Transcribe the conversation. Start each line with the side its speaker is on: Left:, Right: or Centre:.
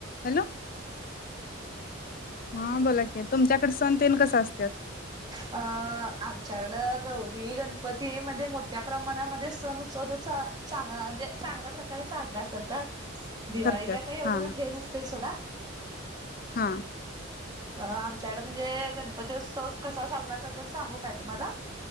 Left: हॅलो हा बोला की, तुमच्याकड सण तेन कसं असत्यात
Right: अ आमच्याकडं गौरी गणपती मध्ये मोठं त्या प्रमाणामध्ये सण उत्सव चा चा चांग म्हणजे चांगल्या प्रकारे साजरा करतात. दिवाळीला
Left: करत्यात
Right: काय एवढं
Left: हा
Right: हे नसतय सोडा
Left: हा
Right: अं आमच्याकड म्हणजे गणपती उत्सव कसा साजरा करतात सांगू काय तुम्हाला?